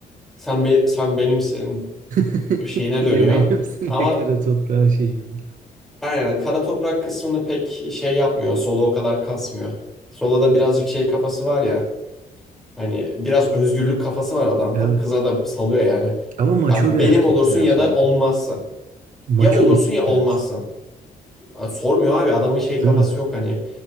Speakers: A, in the centre; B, on the right (about 55°).
A: Sen be- sen benimsin
B: <laughs>
A: şeyine dönüyor.
B: Ya benimsin
A: Ama
B: ya kara toprağın şeyi gibi.
A: aynen kara toprak kısmını pek şey yapmıyor. Solo o kadar kasmıyor. Solo'da birazcık şey kafası var ya. Hani biraz özgürlük kafası var adamda.
B: Evet.
A: Kıza da salıyor yani.
B: Ama maço
A: Ya
B: bir
A: benim
B: erkek
A: olursun
B: biraz
A: ya da
B: böyle.
A: olmazsın.
B: Maço
A: Ya olursun
B: bir tip
A: ya
B: biraz.
A: olmazsın. Sormuyor abi adamın şey kafası
B: Değil mi?
A: yok hani.